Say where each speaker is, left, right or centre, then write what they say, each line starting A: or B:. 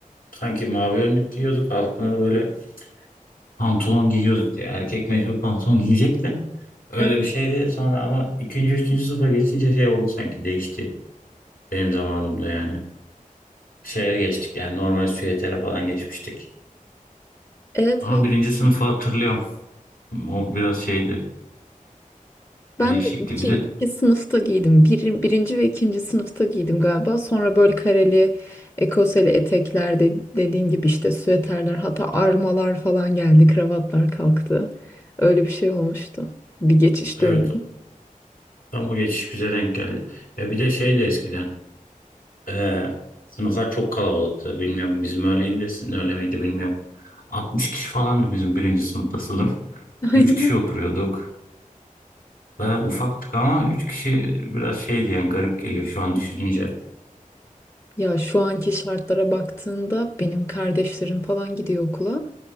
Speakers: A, on the left; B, on the left.
A: sanki mavi önlük giyiyorduk. Altına da böyle pantolon giyiyorduk diye. Erkek mecbur pantolon <laughs> giyecek de. Öyle
B: Evet.
A: bir şeydi. Sonra ama ikinci, üçüncü sınıfa geçince şey oldu sanki değişti. Benim zamanımda yani. Şeye geçtik yani normal süvetere falan geçmiştik.
B: Evet.
A: Ama birinci sınıfı hatırlıyorum. O biraz şeydi. Değişikti.
B: Ben de iki,
A: Bir de
B: iki sınıfta giydim. Bir, birinci ve ikinci sınıfta giydim galiba. Sonra böyle kareli, ekoseli etekler de, dediğin gibi işte süveterler hatta armalar falan geldi. Kravatlar kalktı. Öyle bir şey olmuştu. Bir geçiş
A: evet
B: dönemi.
A: tam o geçiş bize denk geldi. Ya bir de şey de eskiden. eee, sınıflar çok kalabalıktı. Bilmiyorum bizim öyleydi de sizin öyle miydi bilmiyorum. 60 kişi falandı bizim birinci sınıfta sınıf.
B: <laughs>
A: 3
B: Aynen.
A: kişi oturuyorduk. Ve ufaktık ama 3 kişi biraz şeydi yani garip geliyor şu an düşününce.
B: Ya şu anki şartlara baktığında benim kardeşlerim falan gidiyor okula.